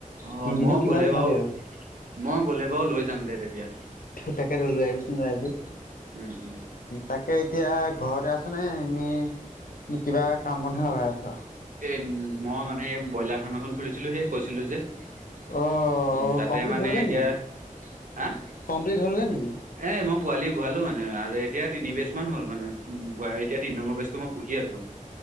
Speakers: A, on the right; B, on the left.
A: অ
B: কিনিনো
A: মই
B: কিমান
A: গলে
B: খাবি
A: বাৰু
B: আৰু
A: মই গলে বাৰু লৈ যাম দে তেতিয়া।
B: তাকেটো লৈ আহিবিচোন লয় আহিবি।
A: উম উম,
B: তাকে এতিয়া ঘৰতে আছো নে এনেই কিবা কাম বনহে লগাই আছ।
A: এ মই মানে ব্ৰইলাৰ ফাৰ্ম এখন খুলিছিলোঁ সেই কৈছিলোঁ যে। উ
B: অ
A: তাতে
B: কমপ্লিট
A: মানে
B: হ'লগৈ
A: এতিয়া
B: নেকি
A: হা, এ
B: কমপ্লিট হ'লগৈ নেকি
A: মই পোৱালি ভৰালো মানে আৰু এতিয়া তিনিবেছ মান হ'ল মানে ব এতিয়া তিনি নম্বৰ বেচটো মই পঢ়ি আছো।